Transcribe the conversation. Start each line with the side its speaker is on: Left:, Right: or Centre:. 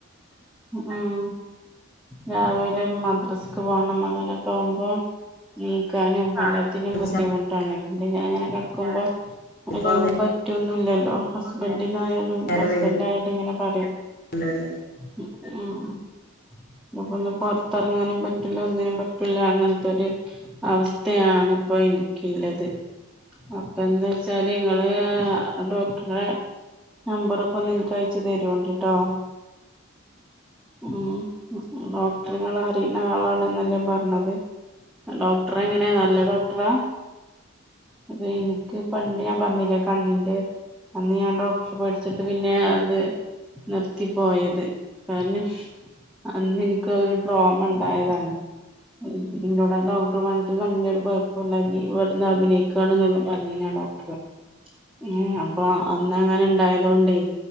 Centre: ഉഉം രാവിലെ മദ്രസക്ക് പോണം അങ്ങനെയൊക്കെ ആകുമ്പോ നീക്കാനും ആ ല്ലാത്തിനും
Left: കാണിച്ചാ
Centre: ബുദ്ധിമുട്ടാണ് പിന്നെ ഞാൻ ഇങ്ങനെ കടക്കുമ്പോ <unintelligible>
Left: ഇപ്പൊ
Centre: കുറ്റൊന്നുല്ലല്ലോ ഹസ്ബൻഡിനായാലും
Left: നേരം
Centre: ഹസ്ബൻഡ് ആയാലും ഇങ്ങനെ പറയും
Left: വൈകണ്ടല്ലേ
Centre: മ് ആ അപ്പൊ ഒന്ന് പൊറത്തിറങ്ങാനും പറ്റൂല്ല ഒന്നിനും പറ്റൂല്ല അങ്ങനത്തെ ഒരു അവസ്ഥയാണ് ഇപ്പോ എനിക്കില്ലത് അപ്പൊ എന്താ വച്ചാല് ഇങ്ങള് ആ ഡോക്ടറ്ടെ നമ്പറൊക്കെ ഒന്ന് നിക്ക് അയച്ചു തരുവോണ്ടിട്ടാ ഉ ഡോക്ടറുക അറിയുന്ന ആളാണ്െന്നല്ലേ പറഞ്ഞത് ഡോക്ടറെ എങ്ങനെയാ നല്ല ഡോക്ടറാ അപ്പൊ എനിക്ക് പണ്ട് ഞാൻ പറഞ്ഞില്ലേ കണ്ണിന്റെ അന്ന് ഞാൻ ഡോക്ടർ പേഠിച്ചിട്ട് പിന്നെ അത് നിർത്തി പോയത് കാരണം അന്ന് എനക്ക് ഒരു ഡ്രോമ ഉണ്ടായതാണ് പിന്നോട ഡോക്ടർ പണിക്ക് കണ്ടട് കുഴപ്പമില്ലങ്ക ഇവിന്ന് അഭിനയിക്കും ണൊെ പറഞ്ഞ കഴിഞ്ഞ ഡോക്ടർ ഉ അപ്പൊ അന്ന അങ്ങനെ ഇണ്ടായതോണ്ടേ